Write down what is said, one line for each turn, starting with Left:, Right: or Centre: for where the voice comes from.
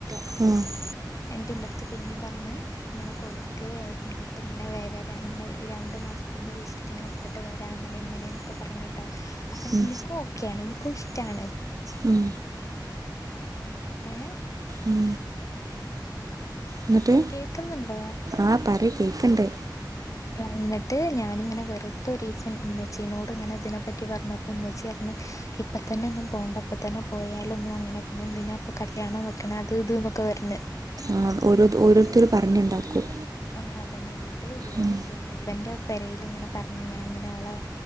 Right: ആഹ്
Left: എന്നിട്ടിന്റെ അടുത്ത് പിന്നിം പറഞ്ഞ് ഇങ്ങനെ കൊടുക്കേ ന്നിട്ട് ഇങ്ങനെ വര ഇങ്ങനെ രണ്ട് മാസം പിന്ന വിസ ങ്ങ് എടുത്തിട്ട് വരാ അങ്ങനെ ഇങ്ങനെ എന്നൊക്കെ പറഞ്ഞിട്ടോ അപ്പൊ
Right: ഉം
Left: എനിക്കും ഓക്കെയാണ് എനിക്കും ഇഷ്ട്ടാണ്
Right: ഉം
Left: ഏഹ്
Right: ഉം ന്നിട്ട്
Left: കേക്കുന്നുണ്ടോ?
Right: ആഹ് പറയിം കേക്കണ്ട്,
Left: എന്നിട്ട് ഞാനിങ്ങനെ വെറുതെ ഒരീസം ഉമ്മെച്ചീനോട് ഇങ്ങനെ ഇതിനെപ്പറ്റി പറഞ്ഞ- ഉമ്മച്ചിപറഞ്ഞ് ഇപ്പ- പ്പ തന്നെ ഒന്നും പോണ്ട ഇപ്പ തന്നെ പോയാലൊന്നും അങ്ങനെ പിന്നെ എന്തിനാ അപ്പൊ കല്യാണം വെക്കണ അത് ഇത് ന്നൊക്കെ വരുണ്
Right: ആഹ് ഓരോ ഓരോരുത്തര് പറഞ്ഞുണ്ടാക്കും
Left: ആഹ് അതന്നെ എന്നിട്ട് ഇവൻ
Right: ഉം
Left: എന്ത് ചെയ്ത് ഇവന്റെ പെരേല് ഇങ്ങനെ പറഞ്ഞ് ഞാൻ ഇങ്ങനെ ഓളെ